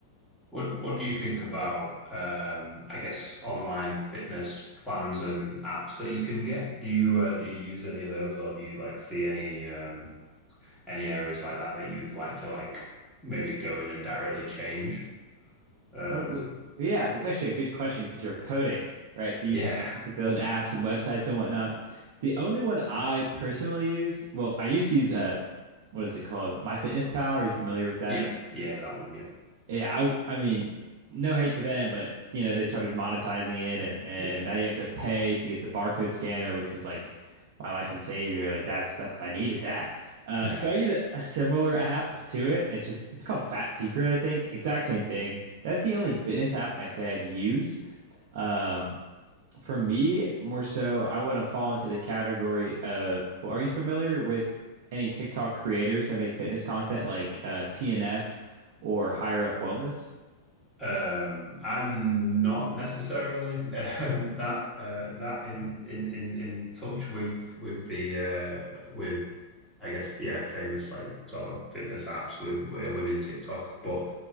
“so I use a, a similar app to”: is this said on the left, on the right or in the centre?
Right